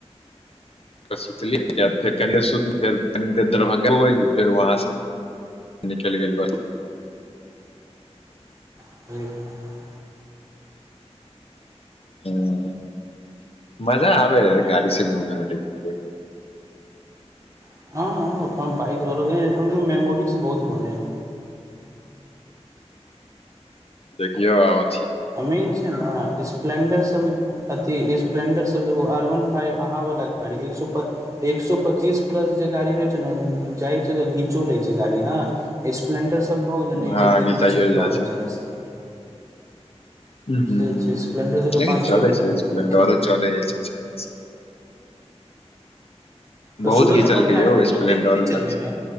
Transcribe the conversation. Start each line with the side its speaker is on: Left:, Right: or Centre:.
Left: सुतलिय <unintelligible> <inaudible> कनि दे सुतल फेर कनि देर दरभङ्गा अयली फेर वहाँ से निकलि गेली
Right: <inaudible>
Left: ह मजा आबे है गाड़ी से घुमे मे लेकिन
Right: <inaudible> हँ हँ बाइक रहल ह ओहिमे मेमोरीज बहुत बनेै हइ
Left: देखियौ और
Right: अ मेन छै न स्प्लेंडर सब अथि स्पलेंडर सब देखु <unintelligible> आर वन फाइव अहाँ वाला गाड़ी एक स एक सए पच्चीस प्लस जे गाड़ी रहै छै ने जाइ छै त घीचो लै छै गाड़ी हँ स्प्लेंडर सब भऽ गेलै नय
Left: हँ
Right: जल्दी
Left: घिचाइयो
Right: घीच नय
Left: जाइ
Right: पाबै छै रास्ता
Left: हू हू
Right: से छै स्प्लेंडर सबके
Left: लेकिन
Right: पाँच
Left: चले
Right: छओ घंटा
Left: छै
Right: लागि
Left: स्प्लेंडरो
Right: जाइ छै
Left: चलै ऐछ अच्छा खासा
Right: तऽ
Left: बहुत
Right: सूरज
Left: घिचलकै
Right: अपन गाड़ी
Left: यौ
Right: ककरो
Left: स्प्लेंडरो
Right: दै के नय चलबै
Left: लग
Right: लए